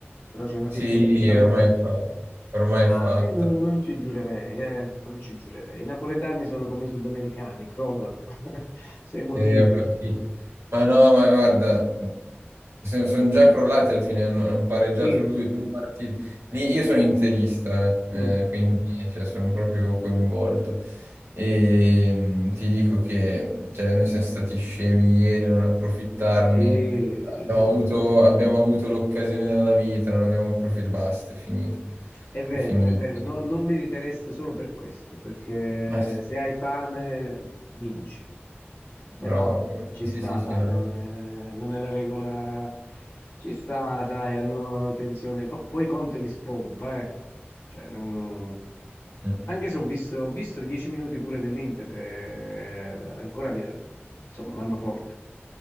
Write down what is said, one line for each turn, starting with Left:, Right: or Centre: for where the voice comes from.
Left: Però c'è una
Right: Sì,
Left: fibrillazione...
Right: ormai è fatta, ormai
Left: Ah,
Right: è fatta.
Left: eh, no- non ci giurerei, eh, non ci giurerei. I napoletani sono come i sudamericani, crollano, <laughs> sono emotivi.
Right: E ho capito. Ma no, ma guarda, sono già crollati alla fine, hanno hanno pareggiato
Left: Sì,
Right: lui- due partite. Lì io sono interista, eh,
Left: mm,
Right: quindi cioè, sono proprio coinvolto. E mm, ti dico che cioè, noi siamo stati scemi ieri a non approfittarne.
Left: Sì, sì,
Right: Abbiamo
Left: sì.
Right: avuto, abbiamo avuto l'occasione della vita, non abbiamo approfittato. Basta, è finito.
Left: È vero,
Right: È finito.
Left: è vero, no- non meritereste solo per questo, perché
Right: Ma sì,
Left: se hai fame vinci. Però
Right: bravo.
Left: ci
Right: Sì,
Left: sta,
Right: sì, sì,
Left: dai,
Right: no.
Left: non è, non è la regola. Ci sta, sai, hanno tensione. Po- poi Conte li spompa, eh. Cioè, non-
Right: Mm.
Left: Anche se ho visto, ho visto 10 minuti pure dell'Inter, eh, ancora, via- insomma, vanno forte.